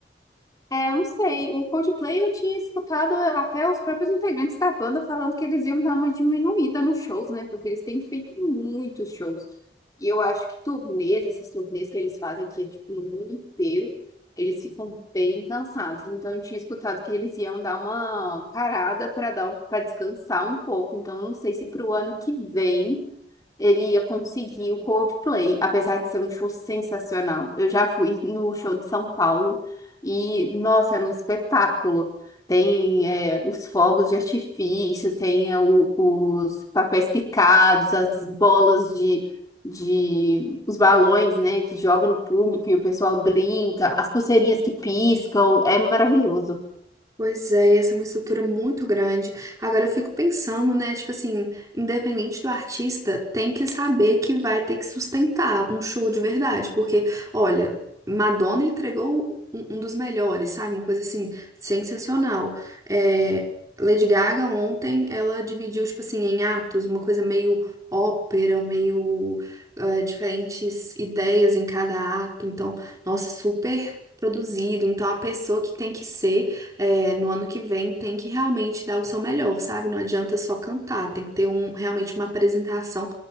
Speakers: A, on the left (about 20°); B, on the right (about 20°).
A: É, eu não sei. O Coldplay eu tinha escutado até os próprios integrantes da banda falando que eles iam dar uma diminuída nos shows, né? Porque eles têm feito muitos shows. E eu acho que turnês, essas turnês que eles fazem aqui, tipo, no mundo inteiro, eles ficam bem cansados. Então eu tinha escutado que eles iam dar uma parada para dar para descansar um pouco. Então eu não sei se para o ano que vem ele ia conseguir o Coldplay, apesar de ser um show sensacional. Eu já fui no show de São Paulo e, nossa, era um espetáculo. Tem é, os fogos de artifício, tem é, o- os papéis picados, as bolas de, de... os balões, né, que jogam no público e o pessoal brinca, as pulseirinhas que piscam, é maravilhoso.
B: Pois é, essa é uma estrutura muito grande. Agora eu fico pensando, né? Tipo assim, independente do artista, tem que saber que vai ter que sustentar um show de verdade. Porque, olha, Madonna entregou um, um dos melhores, sabe? Uma coisa assim, sensacional. É, Lady Gaga ontem, ela dividiu, tipo assim, em atos, uma coisa meio ópera, meio eh, diferentes ideias em cada ato. Então, nossa, super. Produzido, então a pessoa que tem que ser é, no ano que vem tem que realmente dar o seu melhor, sabe? Não adianta só cantar, tem que ter um, realmente uma apresentação